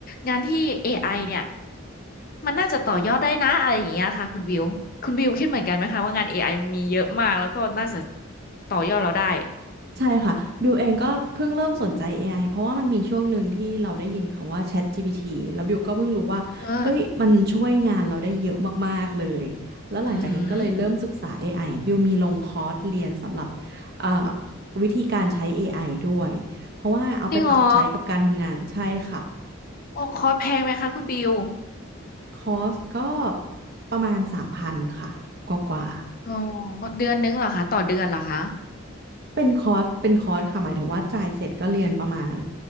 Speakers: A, on the left; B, on the right.
A: งานที่ AI เนี่ยมันน่าจะต่อยอดได้นะอะไรอย่างเงี้ยค่ะคุณบิวคุณบิวคิดเหมือนกันไหมคะว่างาน AI มันมีเยอะมากแล้วก็น่าจะต่อยอดเราได้
B: ใช่ค่ะบิวเองก็เพิ่งเริ่มสนใจ AI เพราะว่ามันมีช่วงหนึ่งที่เราได้ยินคำว่า ChatGPT แล้วบิวก็เพิ่งรู้ว่าเฮ้ยมันช่วยงานเราได้เยอะมากๆเลยแล้วหลังจากนั้นก็เลยเริ่มศึกษา
A: เอ่าอืม
B: AI บิวมีลงคอร์สเรียนสำหรับเอ่อวิธีการใช้ AI ด้วยเพราะว่าเอาไปปรับใช้กับการทำงานใช่ค่ะ
A: จริงเหรอโอ้คอร์สแพงไหมคะคุณบิว
B: คอร์สก็ประมาณ3,000ค่ะกว่าๆ
A: อ๋อเดือนนึงเหรอคะต่อเดือนเหรอคะ
B: เป็นคอร์สเป็นคอร์สค่ะหมายถึงว่าจ่ายเสร็จก็เรียนประมาณ